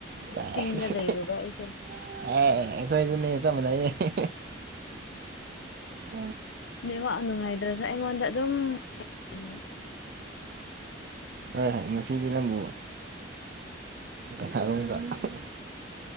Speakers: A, on the right; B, on the left.
A: ꯆꯥꯏ.
B: ꯆꯤꯡꯗ ꯂꯩꯔꯨꯕ ꯑꯩꯁꯦ
A: ꯑꯦ ꯑꯩꯈꯣꯏꯁꯨꯅꯦ ꯆꯞ ꯃꯅꯩꯌꯦ ꯍꯦ ꯍꯦ
B: ꯅꯦꯋꯥꯛ ꯅꯨꯡꯉꯥꯏꯇ꯭ꯔꯁꯨ ꯑꯩꯉꯣꯟꯗ ꯑꯗꯨꯝ ꯀꯩꯅꯣ
A: ꯍꯣꯏ ꯉꯁꯤꯗꯤ ꯅꯪꯕꯨ ꯆ <unintelligible>